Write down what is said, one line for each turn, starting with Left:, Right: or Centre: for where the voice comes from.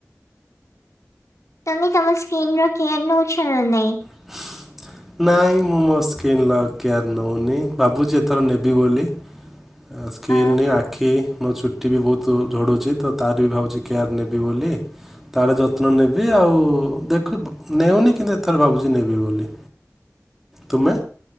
Left: ତମେ ତମ ସ୍କିିନର କେୟାର୍ ନଉଛନା ନାଇଁ?
Centre: <inaudible> ନାଇଁ ମୁଁ ମୋ ସ୍କିିନର କେୟାର୍ ନୋଉନି, ଭାବୁଚି ଏଥର ନେବି ବୋଲି ସ୍କିିଲ୍
Left: ଅ
Centre: ନି ଆଖି ମୋ ଚୁଟି ବି ବହୁତ୍ ଝଡୁଚି ତ ତାର ବି ଭାବୁଚି କେୟାର ନେବି ବୋଲି - ତାର ଯତ୍ନ ନେବି ଆଉ ଦେଖ ନେଉନି କିନ୍ତୁ ଏଥର ଭାବୁଚି ନେବି ବୋଲି। ତୁମେ?